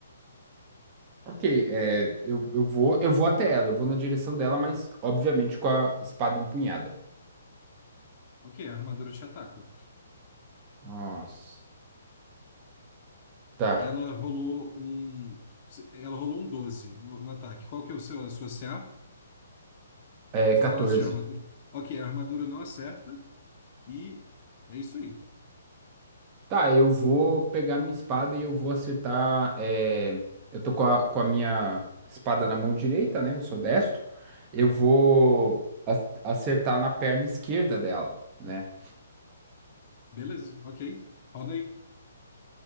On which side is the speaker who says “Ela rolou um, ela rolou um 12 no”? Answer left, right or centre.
Left